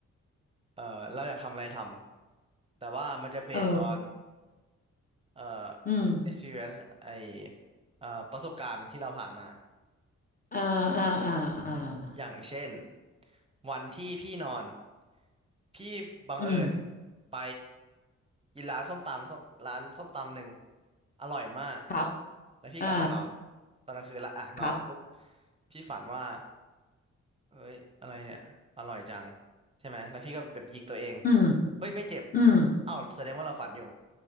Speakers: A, on the right; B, on the left.
A: เออเราอยากทำอะไรทำแต่ว่ามันจะ based
B: เออ
A: on เอ่อ
B: อืม
A: experience ไอเอ่อประสบการณ์ที่เราผ่านมา
B: อ่าอ่าอ่าอ่า
A: อย่างเช่นวันที่พี่นอนพี่บังเอิญ
B: อืม
A: ไปกินร้านส้มตำส้มร้านส้มตำหนึ่งอร่อยมาก
B: ครับ
A: แล้วพี่กลับมานอน
B: อ่า
A: ตอนกลางคืนละอ่ะนอนปุ๊บ
B: ครับ
A: พี่ฝันว่าเอ้ยอะไรเนี่ยอร่อยจังใช่ไหมแล้วพี่ก็แบบหยิกตัวเอง
B: อืม
A: เฮ้ยไม่เจ็บ
B: อืม
A: เอ้าแสดงว่าเราฝันอยู่